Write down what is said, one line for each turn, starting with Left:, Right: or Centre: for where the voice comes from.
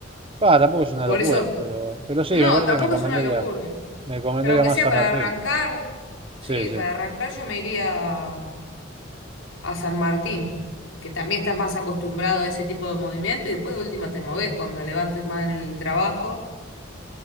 Right: Va, tampoco es una
Left: Por
Right: locura,
Left: eso,
Right: pero, pero sí,
Left: no,
Right: me parece
Left: tampoco
Right: que me convendría,
Left: es una locura.
Right: me convendría
Left: Pero aunque
Right: más
Left: sea
Right: San
Left: para
Right: Martín.
Left: arrancar, sí,
Right: Sí, sí.
Left: para arrancar yo me iría. a San Martín, que también estás más acostumbrado a ese tipo de movimiento y después de última te movés cuando levantes más en el trabajo.